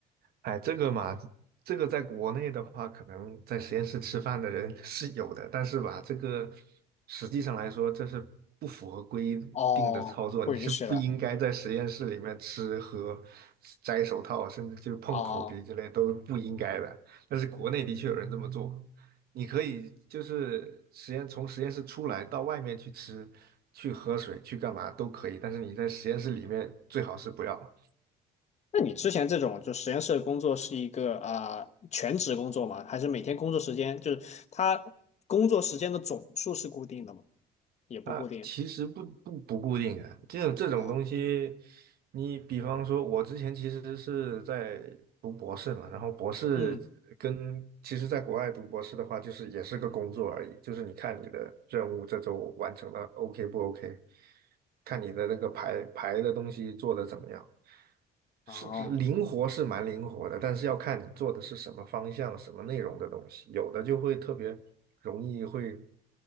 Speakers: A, on the right; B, on the left.
A: 哎，这个嘛，这个在国内的话，可能在实验室吃饭的人 <laughs> 是有的，但是吧，这个实际上来说，这是不符合规定的操作，
B: 哦，不允许的。
A: 你是不应该在实验室里面吃喝、摘手套，甚至就是碰口鼻之类都是不应该的。
B: 哦
A: 但是国内的确有人这么做，你可以就是实验从实验室出来到外面去吃、去喝水、去干嘛都可以，但是你在实验室里面最好是不要。
B: 那你之前这种就实验室的工作是一个啊、呃全职工作吗？还是每天工作时间就是他工作时间的总数是固定的吗？也不固定。
A: 啊，其实不不不固定啊，这种这种东西，
B: 哦，
A: 你比方说，我之前其实是在读博士嘛，然后博士跟其实在国外读博士的话，
B: 嗯，
A: 就是也是个工作而已，就是你看你的任务这周完成了 OK 不 OK，看你的那个排排的东西做的怎么样。
B: 哦，
A: 是是灵活是蛮灵活的，但是要看你做的是什么方向、什么内容的东西。有的就会特别容易会